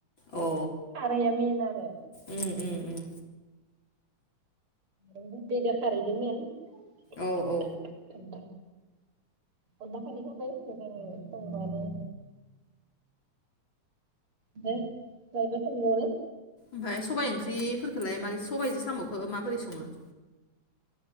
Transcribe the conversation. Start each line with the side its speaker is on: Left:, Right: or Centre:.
Left: अ
Right: खारैआ मेन आरो।
Left: उम उम उम
Right: अन गुन्दै जों खारैजों मेन। उम। <unintelligible>
Left: औ औ
Right: अनखारै होबाय जोङो संबानो। ओमफाय मायोबा सोंबावनो?
Left: ओमफाय सबाइ ओंख्रिफोरखौलाय मारै सबायजों सामखौ माबोरै संङो?